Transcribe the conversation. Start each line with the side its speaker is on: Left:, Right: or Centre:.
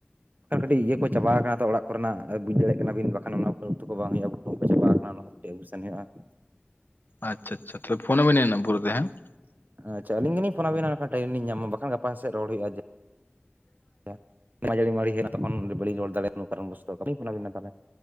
Right: ᱟᱨ ᱠᱟᱹᱴᱤᱡ ᱤᱭᱟᱹ ᱠᱚ ᱪᱟᱵᱟᱣ ᱠᱟᱱᱟ ᱛᱚ ᱚᱲᱟᱜ ᱠᱚᱨᱮᱱᱟᱜ ᱟ ᱟᱨ ᱵᱩᱡ ᱫᱟᱲᱮᱭᱟᱜ ᱠᱟᱱᱟᱵᱤᱱ ᱵᱟᱠᱷᱟᱱ ᱚᱱᱟ ᱩᱛᱩ ᱠᱚ ᱵᱟᱝ ᱦᱩᱭᱩᱜ-ᱟ ᱵᱩᱞᱩᱝ ᱠᱚ ᱪᱟᱵᱟᱣ ᱠᱟᱱᱟ ᱚᱱᱟᱠᱚ᱾ ᱴᱤᱡ ᱟᱹᱜᱩ ᱥᱮᱱ ᱦᱳᱭᱳᱜ-ᱟ ᱾
Left: ᱟᱪᱪᱷᱟ ᱟᱪᱪᱷᱟ, ‌ ᱛᱟᱦᱚᱞᱮ ᱯᱷᱳᱱ ᱟᱵᱤᱱᱟᱹᱧ ᱱᱟᱜ ᱯᱚᱨᱮ ᱛᱮ ᱦᱮᱸ ᱾
Right: ᱟᱪᱪᱷᱟ ᱟᱹᱞᱤᱧ ᱜᱮᱞᱤᱧ ᱯᱷᱳᱱ ᱟᱵᱮᱱᱟ ᱵᱟᱠᱷᱟᱱ ᱴᱟᱭᱤᱢ ᱞᱤᱧ ᱧᱟᱢᱟ ᱵᱟᱠᱷᱟᱱ ᱜᱟᱯᱟ ᱥᱮᱜ ᱨᱚᱲ ᱦᱩᱭᱩᱜ-ᱟ ᱡᱟ <inaudible> ᱡᱟᱲᱤ-ᱢᱟᱲᱤ ᱦᱩᱭᱱᱟ ᱛᱚᱠᱷᱚᱱ ᱵᱟᱹᱞᱤᱧ ᱨᱚᱲ ᱫᱟᱲᱮ ᱚᱱᱟ ᱠᱟᱨᱚᱱ ᱵᱚᱥᱚᱱᱛᱚ ᱵᱟᱹᱞᱤᱧ ᱯᱷᱳᱱ ᱟᱵᱮᱱᱟ ᱛᱟᱦᱚᱞᱮ ᱾